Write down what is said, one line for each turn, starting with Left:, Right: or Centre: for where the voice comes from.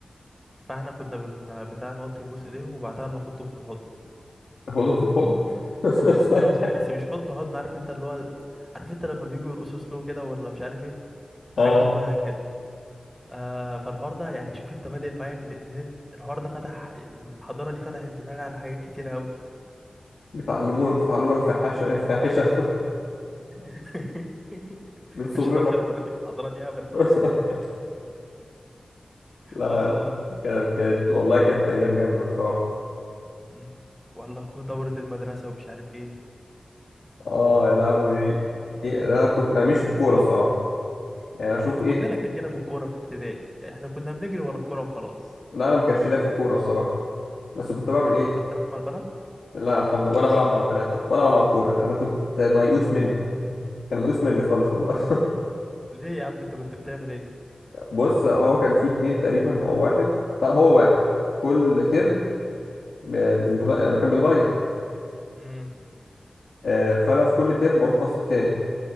Centre: فاحنا كنا بن... بتاع نقعد تنبوس ايديهم وبعدها بناخدهم في الحضن
Left: تاخدهم في الحضن <laughs>
Centre: والله العظيم بس مش حضن حضن عارف انت اللي هو عارف انت لما بيجوا يرقصوا سلو كده ولا مش عارف ايه حاجه
Left: اه
Centre: شبهها كده آه فالحوار ده يعني شوف انت بادئ معايا من... من... الحوار ده فتح الحضانه دي فتحت دماغي على حاجات كتير قوي
Left: بيتعلمون بيتعلموا الفاحشة الفاحشة
Centre: <laughs>
Left: <laughs> من صغرنا
Centre: مش هدخل بناتي في الحضانه دي ابدا
Left: <laughs> لا
Centre: اه
Left: كانت كانت والله كانت أيام جامدة الصراحة
Centre: مم. والله كو- دوره المدرسه ومش عارف ايه
Left: اه يا لهوي إيه أنا كنت أنا مش في الكورة الصراحة يعني أشوف
Centre: احنا
Left: إيه
Centre: كلنا كان لينا في الكوره في ابتدائي يعني احنا كنا بنجري ورا الكوره وخلاص
Left: لا أنا ما كانش ليا في الكورة الصراحة بس كنت بعمل
Centre: كنت
Left: إيه
Centre: بتروح تلعب مع البنات
Left: لا الحمد لله ولا بلعب مع البنات حتى ولا بلعب كورة أنا كنت ميؤوس مني كان ميؤوس مني خالص والله
Centre: ليه يا عم انت كنت بتعمل ايه
Left: بص هو كان فيه اتنين تقريبا او واحد لا هو واحد كل ترم ب- بنتغ... لما كان بيتغير
Centre: امم
Left: آه، فانا في كل ترم بروح فصل تاني